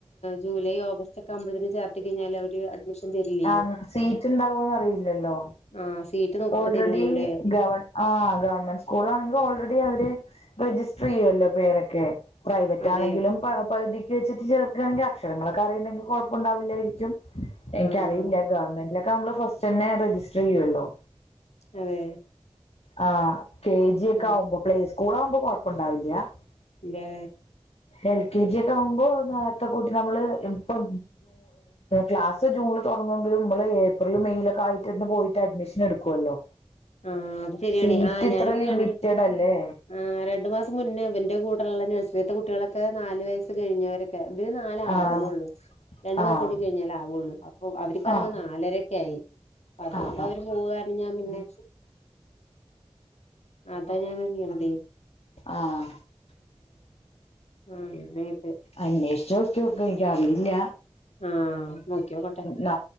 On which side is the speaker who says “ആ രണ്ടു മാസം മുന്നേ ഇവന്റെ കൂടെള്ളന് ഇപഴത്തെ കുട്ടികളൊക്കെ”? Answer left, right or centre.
Left